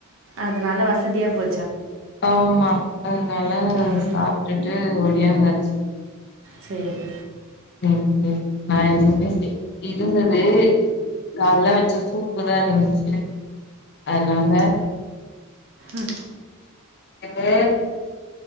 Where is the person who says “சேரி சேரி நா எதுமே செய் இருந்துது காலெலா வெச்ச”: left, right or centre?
Left